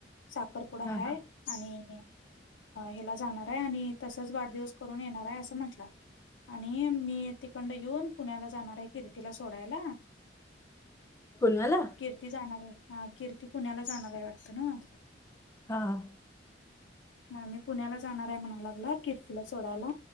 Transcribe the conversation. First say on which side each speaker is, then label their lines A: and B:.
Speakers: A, on the left (about 85°); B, on the left (about 15°).
A: साखर पुडा
B: हा
A: हाय.
B: हा
A: आणि हेला जाणार आहे आणि तसच वाढदिवस करून येणार आहे असं म्हंटला. आणि मी तिकंड येऊन पुण्याला जाणार आहे कीर्तीला सोडायला. <inaudible>
B: पुण्याला
A: कीर्ती जाणार आहे हां कीर्ती पुण्याला जाणार आहे वाटतं नव
B: हां.
A: मामी पुण्याला जाणार आहे म्हणा लागला कीर्तीला सोडायला